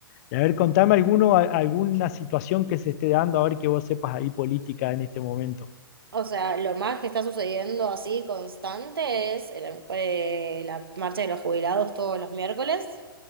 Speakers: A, on the left; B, on the right.
A: Y a ver, contame alguno, a- alguna situación que se esté dando, a ver que vos sepas ahí política en este momento.
B: O sea, lo más que está sucediendo así constante es el- eh, la marcha de los jubilados todos los miércoles,